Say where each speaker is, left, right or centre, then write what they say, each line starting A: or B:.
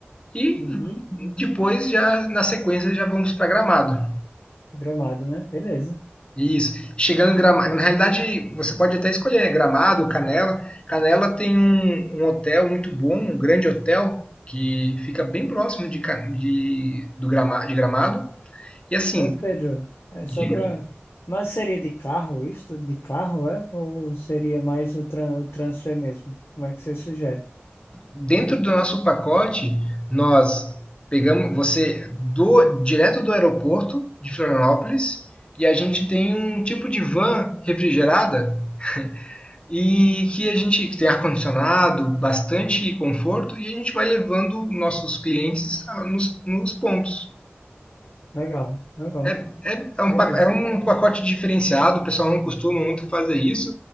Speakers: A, on the left (about 25°); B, on the left (about 85°).
A: E
B: Uhum.
A: depois, já na sequência, já vamos para Gramado.
B: Gramado, né? Beleza.
A: Isso. Chegando em Gramado, na realidade você pode até escolher, né? Gramado, Canela. Canela tem um, um hotel muito bom, um grande hotel que fica bem próximo de, Ca- de- do Grama- de Gramado. E assim,
B: Ô, Pedro, é só
A: diga,
B: para. Mas seria de carro isso? Tudo De carro, é? Ou seria mais o, tran o transfer mesmo? Como é que você sugere?
A: dentro do nosso pacote, nós pegamos você do direto do aeroporto de Florianópolis e a gente tem um tipo de van refrigerada E que a gente tem ar-condicionado, bastante conforto e a gente vai levando nossos clientes a- nos, nos pontos.
B: Legal, legal.
A: É, é, é, um,
B: Beleza.
A: pa- é um pacote diferenciado, o pessoal não costuma muito fazer isso,